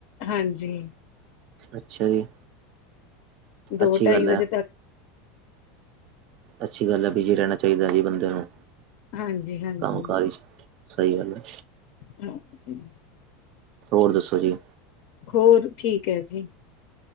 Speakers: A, on the left; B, on the right.
A: ਹਾਂਜੀ।
B: ਅੱਛਾ ਜੀ।
A: ਦੋ
B: ਅੱਛੀ
A: ਢਾਈ
B: ਗੱਲ
A: ਵਜੇ
B: ਹੈ
A: ਤੱਕ
B: ਅੱਛੀ ਗੱਲ ਐ, ਬਿਜ਼ੀ ਰੈਣਾ ਚਾਈਦਾ ਜੀ ਬੰਦਿਆਂ ਨੂੰ,
A: ਹਾਂਜੀ-ਹਾਂਜੀ,
B: ਕੰਮ-ਕਾਰ
A: ਹਾਂਜੀ।
B: ਵਿਚ। ਸਈ ਗੱਲ ਐ।
A: ਹਾਂ ਜੀ।
B: ਔਰ ਦੱਸੋ ਜੀ?
A: ਹੋਰ ਠੀਕ ਐ ਜੀ